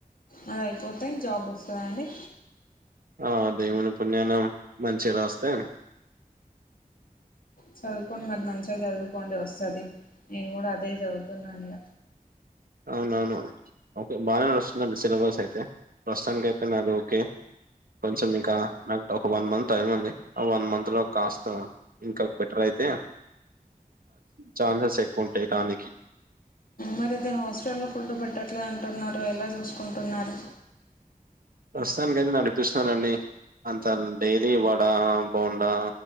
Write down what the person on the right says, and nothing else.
ఆ దేవుని పుణ్యాన మంచిగా రాస్తే
అవునవును ఓకే బానే నాడుస్తుందండి సిలబస్ అయితే తే ప్రస్తుతానికి అయితే నాది ఓకే కొంచెం ఇంకా నాకు డౌ వన్ మంత్ టైమ్ ఉంది ఆ వన్ మంత్ లో కాస్త ఇంకా బెటర్ అయితే చాన్సెస్ ఎక్కువ ఉంటాయి కానికి
ప్రస్తుతానికి అయితే నే నడిపిస్తున్నానండి అంత డైలీ వడా బోండా